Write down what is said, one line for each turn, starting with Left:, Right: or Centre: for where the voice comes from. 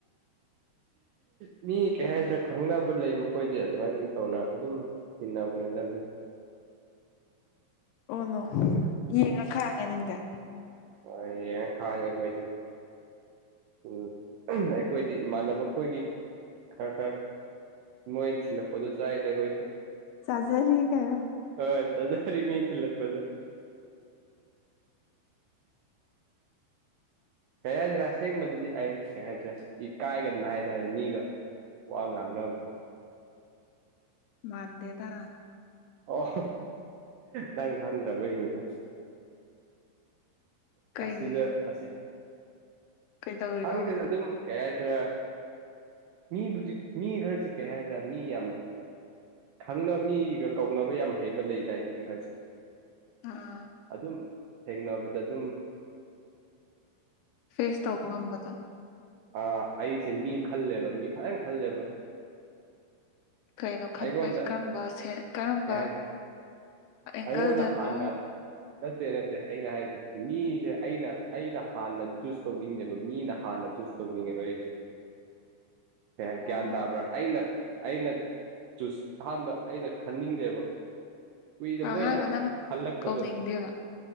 Right: ꯎ ꯃꯤ ꯀꯩ ꯍꯥꯏꯁꯤꯔ ꯈꯪꯅꯕ ꯂꯩꯕ ꯈꯣꯏꯁꯦ ꯑꯗꯨꯃꯥꯏꯅ ꯇꯧꯅ ꯑꯗꯨꯝ ꯊꯤꯟꯅꯅꯕꯅꯤꯅ
Left: <unintelligible> ꯑꯣ ꯅꯣ ꯌꯦꯡꯉ ꯈꯥꯡꯉꯦ ꯅꯪꯗ
Right: ꯍ ꯈꯅꯤ ꯀ ꯎ ꯑꯩꯈꯣꯏꯗꯤ ꯏꯃꯥꯟꯅꯕ ꯈꯣꯏꯒꯤ ꯈꯔ ꯈꯔ ꯃꯣꯏ ꯀꯣꯗꯨ ꯆꯥꯏꯗ ꯀꯣꯏ
Left: ꯆꯥꯖꯔꯤ ꯀꯩꯅꯣ
Right: ꯑ ꯆꯗꯔꯤ ꯃꯤ ꯊꯤ ꯂꯄꯗ ꯀꯌꯥ ꯔꯁ ꯃꯗꯤ ꯍꯥꯏ ꯀꯌꯥ ꯆ ꯏ ꯀꯥꯏꯒꯗꯅ ꯍꯥꯏꯁꯔꯦ ꯃꯤꯒ ꯋꯥ ꯉꯥꯡꯅꯕꯗꯨ
Left: ꯃꯥꯟꯗꯦꯗ
Right: ꯑꯣ ꯅꯪ ꯈꯪꯗꯕꯩꯅꯤꯗ
Left: ꯀꯩꯒꯤ
Right: ꯑꯁꯤꯁꯤꯗ ꯑꯁꯤꯁꯤ
Left: ꯀꯩꯗꯧꯔꯤꯅꯣꯕ
Right: ꯍꯪꯗꯦꯅ ꯑꯗꯨꯝ ꯀꯩ ꯍꯥꯏꯁꯤꯔ ꯃꯤꯕꯨꯖꯤꯛ ꯃꯤ ꯈꯔꯁꯦ ꯀꯩ ꯍꯥꯏꯔꯦ ꯃꯤ ꯌꯥꯝ ꯈꯪꯅꯕ ꯃꯤꯒ ꯀꯧꯅꯕ ꯌꯥꯝ ꯍꯩꯕ ꯂꯩꯗꯥ ꯃꯤ ꯈꯜꯁꯦ
Left: ꯑꯥ
Right: ꯑꯗꯨꯝ ꯍꯦꯒꯅꯣꯕꯗ ꯇꯨ
Left: ꯐꯦꯁ ꯇꯧꯕꯣꯝꯝꯕꯗ
Right: ꯑ ꯑꯩꯁꯦ ꯃꯤ ꯈꯜꯂꯦꯕ ꯃꯤ ꯐꯖꯅ ꯈꯜꯂꯦꯕ
Left: ꯀꯩꯅꯣ ꯈꯟꯕꯁꯦ
Right: ꯑꯩꯉꯣꯟꯗ
Left: ꯀꯔꯝꯕꯁꯦ ꯀꯔꯝꯕ
Right: ꯀꯩ ꯍꯥꯏꯁꯦ
Left: ꯑꯦꯡꯒꯜꯗꯅꯣ
Right: ꯑꯩꯉꯣꯟꯗ ꯍꯥꯟꯅ ꯅꯠꯇꯦ ꯅꯠꯇꯦ ꯑꯩꯩꯅ ꯍꯥꯏꯔꯤꯁꯦ ꯃꯤꯁꯦ ꯑꯩꯅ ꯑꯩꯅ ꯍꯥꯟꯅ ꯆꯨꯁ ꯇꯧꯅꯤꯡꯗꯦꯕ ꯃꯤꯅ ꯍꯥꯟꯅ ꯇꯧꯅꯤꯡꯉ ꯦ
Left: <unintelligible> <inaudible>
Right: ꯑꯦ
Left: ꯑꯣ
Right: ꯒ꯭ꯌꯥꯟ ꯇꯥꯕ꯭ꯔꯥ ꯑꯩꯅ ꯑꯩꯅ ꯆꯁ ꯑꯍꯥꯟꯕ ꯑꯩꯅ ꯈꯟꯅꯤꯡꯗꯦꯕ ꯀꯨꯏꯗ
Left: ꯑꯍꯥꯟꯕꯅ
Right: ꯃꯣꯏꯅ ꯈꯜꯂꯛꯄꯗꯣ
Left: ꯀꯧꯅꯤꯡꯗꯦꯕ